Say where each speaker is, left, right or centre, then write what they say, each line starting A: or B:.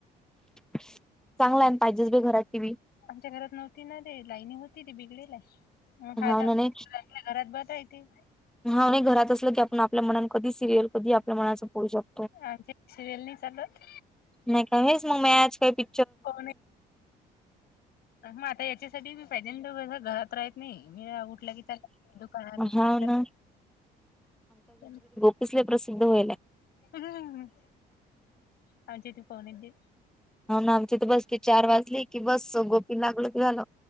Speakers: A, in the centre; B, on the left (about 70°).
A: चांगला ए... पाहिजेच बी घरात टी व्ही
B: आमच्या घरात नव्हती ना... ते लाईनी होती... ती बिगडेल ए... मग <unintelligible> नई...
A: हाव ना नाही
B: घरात बस ए ते
A: हा नई.. घरात असलं की... आपण... आपल्या मनानं... कधी सिरीयल... कधी आपल्या मनाचं पोहू शकतो
B: आमच्यात सिरियल नई चालत
A: नई का... हेच मग मॅच... काय पि
B: <unintelligible> मग आता याच्यासाठी बी पाहिजे... दोघंजण, घरात राह नई... मी हा उठला... की चालले दुकानात... उठला
A: हा
B: की
A: ना
B: <unintelligible>
A: किसले प्रसिद्ध व्हायलाय
B: हूं... आमच्या इथे फोन येतील
A: हो... ना... आमच्या इथे... बस की चार वाजले... की बस... गोपी लागलं की झालं